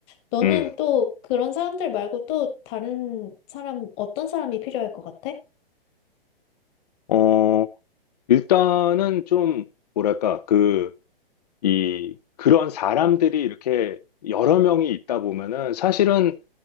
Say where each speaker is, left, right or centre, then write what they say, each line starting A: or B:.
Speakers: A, on the left; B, on the left.
A: 너는
B: 음.
A: 또 그런 사람들 말고 또 다른 사람, 어떤 사람이 필요할 것 같아?
B: 어, 일단은 좀 뭐랄까 그 이 그런 사람들이 이렇게 여러 명이 있다 보면은 사실은